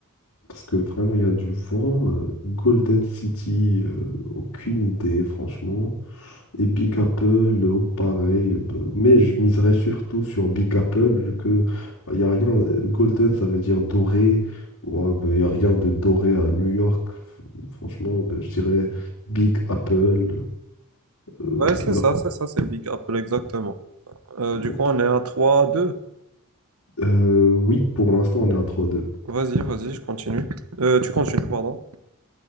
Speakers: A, on the left; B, on the right.
A: Parce que vraiment, il y a du vent. Euh, Golden City, euh, aucune idée, franchement. Et Big Apple, euh, pareil. bah, mais je miserais surtout sur Big Apple, vu que il n'y a rien. euh, Golden, ça veut dire doré. Il n'y a rien de doré à New York. F- Franchement, bah, je dirais Big Apple. euh,
B: Ouais, c'est
A: la-
B: ça, c'est ça, c'est Big Apple, exactement. Euh, du
A: Ok.
B: coup, on est à trois, deux.
A: euh, oui, pour l'instant, on est à trois deux
B: Vas-y, vas-y, je continue. Euh, tu continues, pardon.